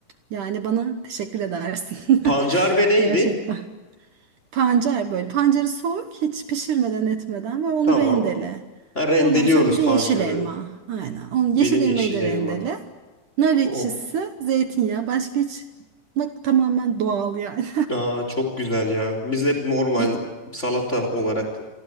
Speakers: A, on the right; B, on the left.
A: yani bana teşekkür edersin.
B: Pancar
A: <laughs>
B: ve neydi?
A: Gerçekten. Pancar böyle. Pancarı soy hiç pişirmeden etmeden ve onu
B: Tamam.
A: rendele.
B: Ha, rendeliyoruz
A: Ondan sonra bir de
B: pancarı.
A: yeşil elma. Aynen. Onu,
B: Bir
A: yeşil
B: de yeşil
A: elmayı da
B: elma.
A: rendele. Nar ekşisi,
B: Oh.
A: zeytinyağı. Başka hiç bak tamamen doğal yani.
B: Aa, çok güzel ya. Biz hep normal
A: <laughs> Et,
B: salata olarak